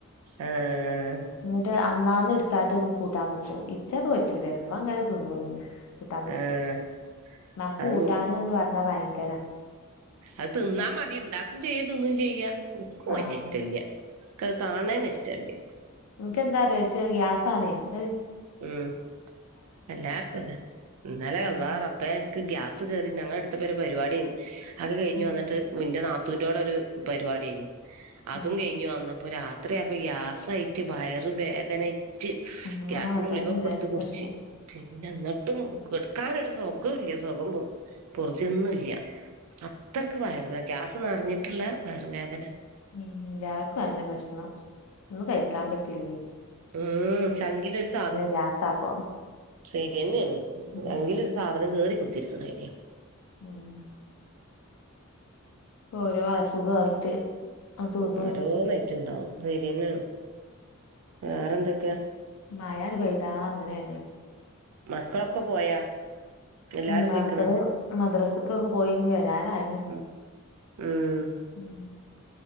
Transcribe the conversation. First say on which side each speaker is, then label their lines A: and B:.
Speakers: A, on the right (about 75°); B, on the left (about 85°).
A: ഏഹ്.
B: ന്ന്ട്ട് അന്നാന്ന്ട്ത്താണ്ട് കൂട്ടാം വേക്കും ഇച്ചത് പറ്റൂല മ്മങ്ങനെ ത് ന്നും കൂട്ടാം വെച്ച്
A: ആഹ്
B: മ്മാക്ക്
A: അത്
B: കൂട്ടാന് ന്ന് പർഞ്ഞാ ഭയങ്കരാ.
A: അത് ത് ന്നാ മതി ണ്ടാക്കും ചെയ്യും. ത് ന്നും ചെയ്യാ ക്കും വല്ല്യേ
B: ആഹ്
A: ഇഷ്ട്ടല്ല്യ ക്കത് കാൻണന്നെഷ്ടല്ല്യ.
B: ക്കെന്താറിയോ ച്ച് ഗ്യായാസാണെയ് ക്കഅ്‌
A: ഉം എല്ലാർക്കുഅതെ ഇന്നലെ അള്ളാ
B: ഉം
A: റബ്ബേ ക്ക്‌ ഗ്യാസ് കേറി ഞങ്ങളട്ത്ത്പ്പൊരു പരിവാടിയേന്നു അതൊക്കെ കയ്ഞ്ഞ്
B: ഉം
A: വന്ന്ട്ട് ന്റെ ന്നാത്തൂന്റോടൊരു പര് വാടിയ്നു അതും
B: ആഹ്
A: കയ്ഞ് വന്നപ്പോ രാ ത്രിയായപ്പൊ ഗ്യാസയ്റ്റ് വയറ് വേദനായ്റ്റ്
B: ആഹ്
A: ഗ്യാസിന്റുളികൊക്കെട്ത്ത്
B: അതന്നെ എല്ലാർക്കും
A: കുടിച്ച്
B: പ്രശ്നം
A: പിന്നെ ന്ന്ട്ടും
B: ഉം
A: കെട് ക്കാനൊരു സൊഗൊല്ല്യ സൊകം പോർ പൊർതിയൊന്നുല്ല്യ.
B: ഉം
A: അത്രക്ക് വയറു വേ ഗ്യാസ് ന്നർഞ്ട്ട്ള്ള വയറുവേദന.
B: ഉം ല്ലാർക്കു അതന്നെ പ്രശ്നം ന്നും കഴിക്കാൻ പറ്റില്ലേയ്.
A: ഉം ചങ്കിലൊരു സാധനം
B: ഗ്യാസാപ്പൊ
A: സേരിയെന്നേണ്
B: ഉം
A: ചങ്കിലൊരു സാധനം കേറി കുത്തിര്ക്ക്‌ണാരിയാ.
B: ഉം. ഓരോ അസുഖായിട്ട് അതും ഇതും
A: ഓരോന്ന് ആയിട്ട് ഉണ്ടാവും സെര്യന്നെ ആണ്. വേറെന്തൊക്കെ
B: മഴയാണ്ട് പെയ്താ അങ്ങനേണ്.
A: മക്കളൊക്കെ പോയാ എല്ലാരും
B: ഉം മക്കള്
A: പോയിക്കണ
B: മദ്രാസ്ക്കൊക്കെ പോയി ഞ്ഞി വരാനായിന്
A: മം മം
B: ഉം